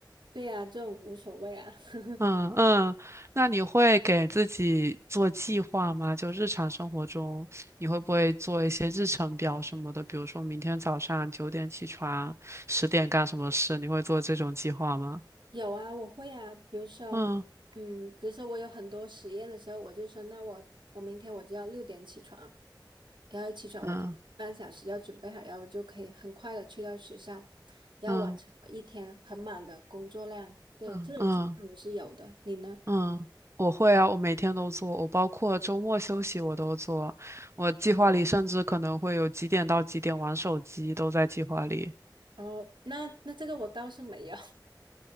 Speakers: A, on the right; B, on the right.
A: 对呀，这种无所谓啊。<laughs>
B: 嗯嗯，那你会给自己做计划吗？就日常生活中，你会不会做一些日程表什么的？比如说明天早上九点起床，十点干什么事？你会做这种计划吗？
A: 有啊，我会啊。比如说，
B: 嗯
A: 嗯，比如说我有很多实验的时候，我就说，那我我明天我就要六点起床，然后起床我就半小时要准备好，
B: 嗯。
A: 然后我就可以很快的去到学校，然后完成我一天很满的工作量。
B: 嗯
A: 对，
B: 嗯嗯
A: 这种情况我是有的，你呢？
B: 嗯，我会啊，我每天都做，我包括周末休息我都做。我计划里甚至可能会有几点到几点玩手机都在计划里，
A: 哦，那那这个我倒是没有，